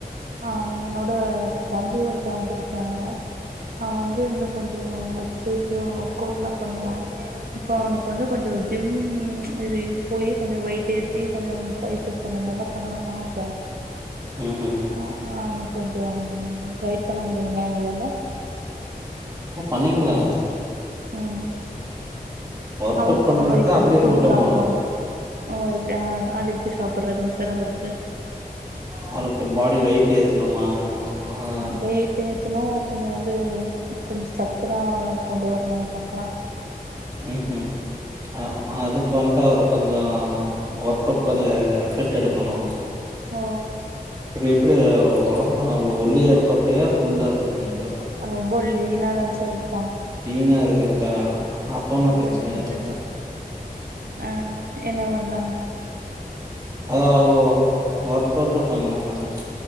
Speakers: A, on the right (about 70°); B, on the right (about 25°).
A: ஆ என்னோட தம்பி ஒருத்தே வந்திருக்காங்க அவ வந்து இருந்து கொஞ்ச எக்சசைஸ் ஒர்க் அவுட்ல்லாம் பண்ணுவா இப்ப அவனுக்கு வந்து கொஞ்சோ ஜிம் இது போய் கொஞ்ச வெயிட் ஏற்றி கொஞ்ச பைச எஃப் அந்த மாரிலாம் பண்ணணும்ன்னு ஆச
B: ஹுஹம்
A: ஆ ஆ கொஞ்ச கைட் பண்ண முடியுங்களா உங்களால
B: அப்றோ பண்ணிங்லா
A: ம்
B: ஒர்க்
A: அவனுக்கு
B: அவுட் பண்றதுக்கு
A: எந்த மாரி ஃபுட்டு
B: அப்டியே
A: ஃபுட்டு சாப்ணும்
B: மாறு
A: ஓ எப்டி அது எப்டி சாப்ட்றதுங் சார் அவருக்கு
B: அவருக்கு பாடி வெயிட் ஏத்தணுமா ஆ
A: வெயிட் ஏத்துனோ கொஞ்ச வந்து கொஞ்சம் ஸ்ட்ரக்சரா கொண்டு வரணும்னு ப்ராப்பரா
B: ம் ம் அ அதுக்கு வந்து <unintelligible> கொஞ்ச ஒர்க் கவுட் கொஞ்சோ எஃபெட் எடுக்கணும்
A: ஓ
B: இது எப்டி ஒடம் <unintelligible> ஒல்லியா இருப்பாப்டியா குண்டாருப்பாங்ளா
A: ரொம்ப லினாதா சார் இருப்பான்
B: லீனா இருக்கரதா அப்ப ஒண்ணு பிரச்சனையில்ல
A: கொஞ்சோ விட்டது ஆ என்ன பண்ணலா
B: அதா ஒரு ஒர்க் அவுட் பண்ணனு மேடம்